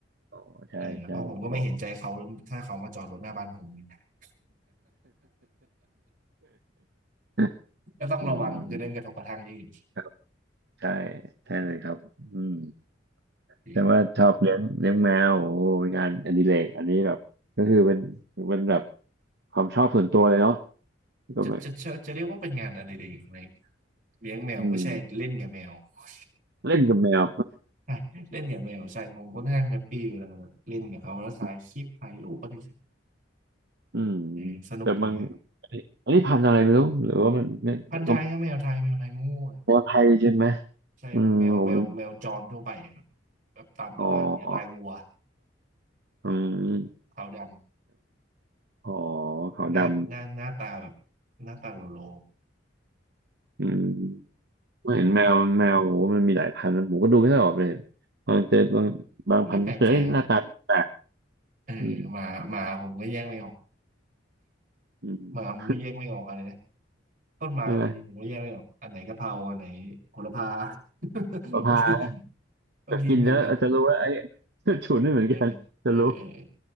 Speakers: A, on the right; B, on the right.
A: อ๋อใช่ใช่อ๋อ
B: เออเพราะผมก็ไม่เห็นใจเขาถ้าเขามาจอดรถหน้าบ้านผมเนี่ย <laughs>
A: <laughs>
B: ก็ต้องระวังจะเรื่องกระทบกระทั่งที่อื่น
A: อืมครับใช่ใช่เลยครับอืม
B: ดี
A: แต่ว่าชอบเลี้ยงเลี้ยงแมวโอ้ยงานอดิเรกอันนี้แบบก็คือเป็นเป็นแบบความชอบส่วนตัวเลยเนาะก็ไม่
B: จะจะจะจะเรียกว่าเป็นงานอะไรดีในเลี้ยงแมวไม่ใช่เล่นกับแมว
A: อืม
B: <laughs>
A: เล่นกับแมว
B: ใช่เล่นกับแมวใช่ผมก็ค่อนข้างแฮปปี้เวลาแบบเล่นกับเขาแล้วถ่ายคลิปถ่ายรูปก็ได้
A: <laughs> อืม
B: เออสนุกดีครับ
A: แต่บางอันนี้อันนี้พันธุ์อะไรไม่รู้หรือว่ามันไม่ก็
B: พันธุ์ไทยครับแมวไทยแมวไทยงูอะ
A: แมวไทยใช่ไหม
B: ใช่ครับแมวแมวแมวจรทั่วไปครับแบบตามตลาดเนี้ยลายวัว
A: อืมผมเห็นอ๋ออืม
B: ครับผมขาวด
A: อ๋อ
B: ำหน้าหน้าหน้าตาแบบหน้าตาโลโล
A: ขาวดำอืมผมเห็นแมวแมวโอ้มันมีหลายพันธุ์ผมก็ดูไม่ค่อยออกเลย
B: ครับ
A: บางเจอบางบางพันธุ์เจอเอ้ยหน้าตาแปลก
B: ไม่แปลกใจครับเออหมาหมาผมก็แยกไม่ออก
A: อืมอืม
B: หมาผมก็แยกไม่ออกอะไรนะต้นไม้บางทีผมก็แยกไม่ออกอันไหนกะเพราอันไหนโหระพา
A: ใช่ไหม
B: <laughs>
A: ประภา
B: บางทีบางทีเหมือนกัน
A: จะกินแล้วอาจจะรู้ว่าไอ้ <laughs> ฉุนไม่เหมือนกันจะรู้
B: เออเออเออเออ